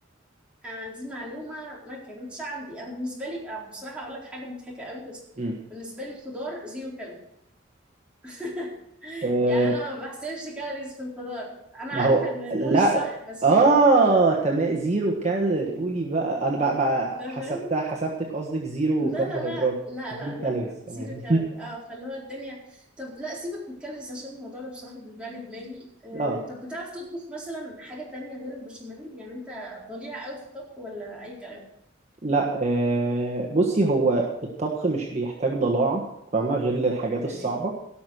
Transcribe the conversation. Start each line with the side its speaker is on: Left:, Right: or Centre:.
Centre: آه دي معلومه ما كانتش عندي انا بالنسبه لي آه، بصراحه اقول لك حاجه مضحكه قوي بس
Right: مم.
Centre: بالنسبه لي الخضار زيرو كالوري <laughs>
Right: أه
Centre: يعني انا ما بحسبش كالوريز في الخضار انا
Right: ما
Centre: عارفه
Right: هو
Centre: ان
Right: لا
Centre: ده مش صح بس
Right: اه تمام زيرو كالوري قولي بقى انا بقى, بقى
Centre: انت فاهم
Right: حسبتها حسبتك قصدك زيرو
Centre: لا
Right: كربوهيدرات
Centre: لا لا لا
Right: زيرو
Centre: لا
Right: كالوريز
Centre: لا لا زيرو
Right: تمام
Centre: كالوري اه فاللي هو الدنيا طب لا سيبك من الكالوريز عشان الموضوع ده بصراحه بيوجع لي دماغي آه
Right: <laughs> اه
Centre: طب بتعرف تطبخ مثلا حاجه تانية غير البشاميل يعني انت ضليع قوي في الطبخ ولا اي كلام
Right: لا أه بصي هو الطبخ مش بيحتاج ضلاعة فاهمة غير للحاجات
Centre: اوكي
Right: الصعبة